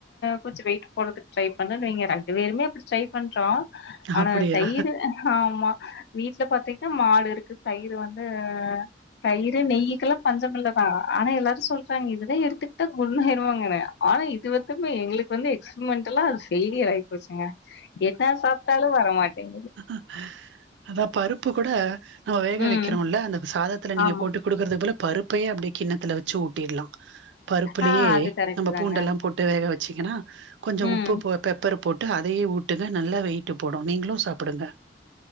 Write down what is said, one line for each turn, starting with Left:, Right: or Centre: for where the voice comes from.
Left: கொஞ்சம் வெயிட் போறதுக்கு ட்ரை பண்ணுனேனு வைங்க ஏற்கனமே ட்ரை பண்றோம் ஆனா
Right: அப்படியா
Left: தயிர் ஆ ஆமா வீட்டுல பாார்த்தீங்க மாடு இருக்கு தயிர் வந்து தயிர் நெய்யுக்குல்லாம் பஞ்சம் இல்லதா ஆனா எல்லாரும் <unintelligible> வாங்க ஆனா இது வந்தம எங்களுக்கு ப்ப வந்து எக்ஸ்பெரிமெண்டல்லாம் அது பெயிளியர் ஆகி போச்சுங்க எத சாப்ட்டாலும் வர மாட்டிங்கு
Right: உம்ஹ்ம் அதான் பருப்பு கூட நம்ம வேக
Left: ம்
Right: வைக்கிறோம்ல அந்த சாதத் த்துல நீங்க
Left: ஆமா
Right: போட்டு கொடுக்கறது அதுல பருப்பையே அப்டியே கிண்ணத்தில வச்சு ஊட்டிட பருப்புலயே
Left: ஆ அது கரெக்ட்
Right: நம்ம
Left: தாங்க
Right: பூண்டெல்லாம் போட்டு வேக வச் ச்சுங்கனா கொஞ்சம்
Left: ம்
Right: உப்பு போ பெப்பர் போட் அதையே ஊடுங்க நல்லா வெயிட்டு போடும் நீங்களும் சாப்படுங்க